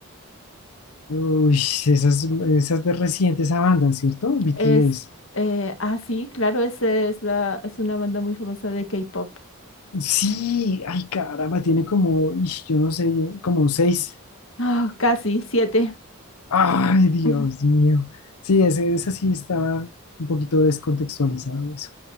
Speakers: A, on the left (about 80°); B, on the left (about 60°).
A: Uy, esas, esas de recientes esa banda, ¿cierto? BTS.
B: Es, eh, ah, sí, claro, es, es, la, es una banda muy famosa de K-pop.
A: Sí, ay, caramba, tiene como, ish, yo no sé, yo- como seis.
B: Ah, casi, siete.
A: Ay, Dios
B: <laughs>
A: mío. Sí, ese, ese sí estaba un poquito descontextualizado eso.